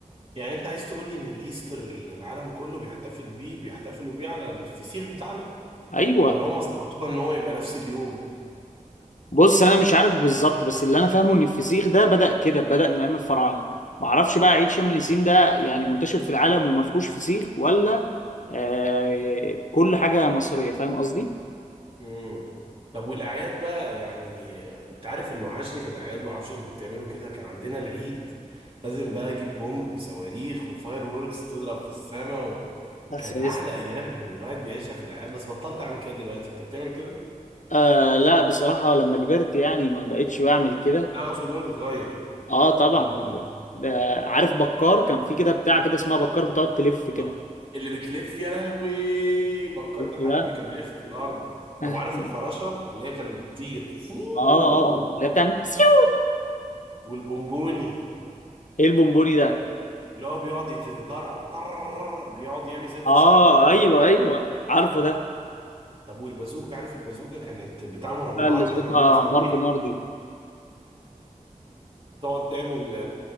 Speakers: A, on the right; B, on the left.
A: يعني انت عايز تقول لي ان الايستر اللي العالم كله بيحتفل بيه بيحتفلوا بيه على الفسيخ بتاعنا
B: ايوه
A: ولا هم ظبطوها ان هو يبقى نفس اليوم
B: بص انا مش عارف بالظبط بس اللي انا فاهمه ان الفسيخ ده بدأ كده بدأ من ايام الفراعنه ما اعرفش بقى عيد شم النسيم ده يعني منتشر في العالم وما فيهوش فسيخ ولا آه كل حاجه مصريه فاهم قصدي
A: امم طب والاعياد بقى يعني انت عارف اللي وحشني في الاعياد ما اعرفش بتعملوا كده كان عندنا العيد لازم بقى اجيب بومب وصواريخ وفاير ووركس تضرب في السماء و...
B: أساس
A: كان احلى ايام الواحد بيعيشها في الاعياد بس بطلت اعمل كده دلوقتي انت بتعمل كده
B: آه لا بصراحه لما كبرت يعني ما بقتش بعمل كده
A: لا اقصد وانت صغير
B: اه طبعا
A: اقل كبير
B: ده ده عارف بكار كان في كده بتاع كده اسمها بكار بتقعد تلف كده
A: آه، اللي بتلف يا لهوي فكرت
B: شفت
A: يا
B: بقى
A: حبيبي كان بيلف في الارض
B: <laughs> اه
A: طب عارف الفراشه اللي هي كانت بتطير فووو
B: اه اه اللي هي بتعمل <laughs>
A: والبونبوني
B: ايه البونبوني ده
A: اللي هو بيقعد يتطرقع طر بيقعد يعمل زي الفشار
B: اه
A: كده
B: ايوه ايوه عارفه ده
A: طب والبازوكه عارف البازوكه كانت بتاع مربعه
B: لا اللي صوتها
A: كده مليانه صواريخ
B: ضرب نار دي
A: تقعد تعمل